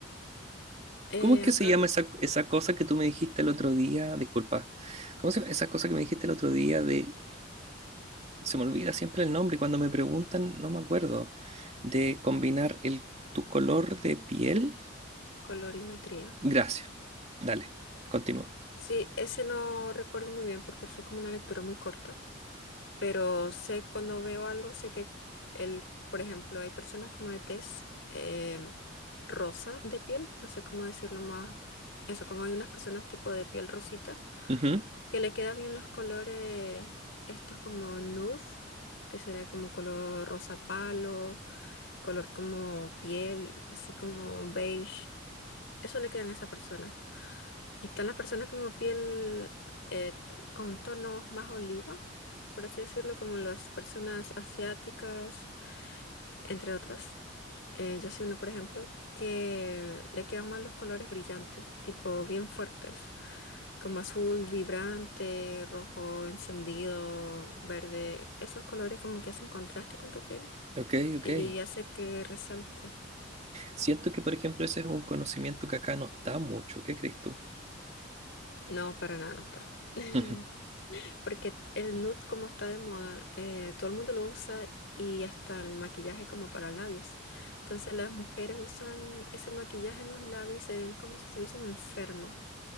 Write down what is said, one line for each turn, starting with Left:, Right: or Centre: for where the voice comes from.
Left: Eh,
Right: ¿Cómo es que
Left: acá,
Right: se llama
Left: en
Right: esa, esa cosa que tú me dijiste el otro día? Disculpa. ¿Cómo se llama esa cosa que me dijiste el otro día de... Se me olvida siempre el nombre y cuando me preguntan no me acuerdo. De combinar el, tu color de piel.
Left: colorimetría.
Right: Gracias. Dale, continúa.
Left: Sí, ese no recuerdo muy bien porque fue como una lectura muy corta, pero sé cuando veo algo, sé que el, por ejemplo, hay personas como de tez eh, rosa de piel, no sé cómo decirlo más, eso, como hay unas personas tipo de piel rosita
Right: Ujú,
Left: que le queda bien los colores, estos como nude, que sería como color rosa palo, color como piel, así como beige. Eso le quedan a esa persona. Y están las personas como piel eh, con tonos más oliva, por así decirlo, como las personas asiáticas, entre otras. Eh, yo soy uno, por ejemplo, que le quedan mal los colores brillantes, tipo bien fuertes, como azul vibrante, rojo encendido, verde. Esos colores como que hacen contraste con tu piel
Right: Ok,
Left: y,
Right: ok.
Left: y hace que resalte.
Right: Siento que, por ejemplo, ese es un conocimiento que acá no está mucho. ¿Qué crees tú?
Left: No, para nada no está. <laughs>
Right: <laughs>
Left: Porque el nude como está de moda, eh, todo el mundo lo usa y hasta el maquillaje como para labios. Entonces las mujeres usan ese maquillaje en los labios y se ven como si estuviesen enfermas.